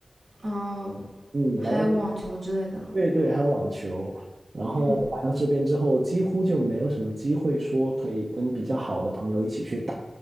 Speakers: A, on the right; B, on the right.
A: 哦，
B: 嗯，
A: 还有网球之类的吗？
B: 来到对对，还有网球。然后来到这边之后，
A: 嗯，
B: 几乎就没有什么机会说可以跟比较好的朋友一起去打，